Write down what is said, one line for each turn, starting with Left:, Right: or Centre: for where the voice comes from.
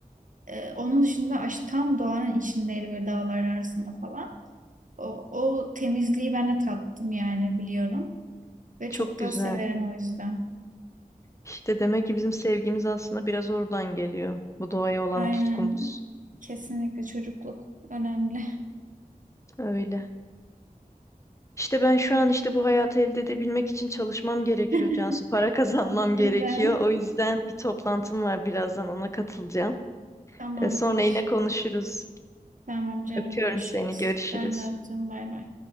Right: E, onun dışında aş- tam doğanın içindeydi böyle dağlar arasında falan. O, o temizliği ben de tattım yani biliyorum. Ve
Left: Çok
Right: çok
Left: güzel.
Right: da severim o yüzden.
Left: İşte demek ki bizim sevgimiz aslında biraz oradan geliyor. Bu doğaya olan
Right: Aynen.
Left: tutkumuz.
Right: Kesinlikle çocukluk önemli.
Left: Öyle. İşte ben şu an işte bu hayatı elde edebilmek için çalışmam gerekiyor
Right: <laughs>
Left: Cansu. Para <laughs> kazanmam gerekiyor.
Right: Ben de.
Left: O yüzden bir toplantım var birazdan ona katılacağım.
Right: Tamamdır.
Left: E, sonra yine konuşuruz.
Right: Tamam canım
Left: Öpüyorum
Right: görüşürüz.
Left: seni. Görüşürüz.
Right: Ben de öptüm. Bay bay.